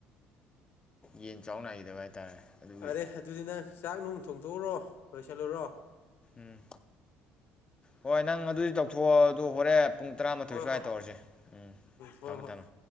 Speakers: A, on the left; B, on the left.
A: ꯌꯦꯟ ꯆꯥꯎ ꯅꯥꯈꯤꯗꯕ ꯍꯥꯏꯇꯥꯔꯦ ꯑꯗꯨꯒꯤ
B: ꯐꯔꯦ ꯑꯗꯨꯗꯤ ꯅꯪ ꯆꯥꯛ ꯅꯨꯡ ꯊꯣꯡ ꯎꯔꯣ ꯂꯣꯏꯁꯤꯟꯂꯨꯔꯣ
A: ꯎꯝ ꯍꯣꯏ ꯅꯪ ꯑꯗꯨꯗꯤ ꯇꯧꯊꯣꯛꯑꯣ ꯑꯗꯨ ꯍꯣꯔꯦꯟ ꯄꯨꯡ ꯇꯔꯥꯃꯥꯊꯣꯏ
B: ꯍꯣꯏ
A: ꯁ꯭ꯋꯥꯏꯗ
B: ꯍꯣꯏ
A: ꯇꯧꯔꯁꯤ ꯎꯝ
B: ꯍꯣꯏ
A: ꯊꯝꯃꯦ
B: ꯍꯣꯏ
A: ꯊꯝꯃꯦ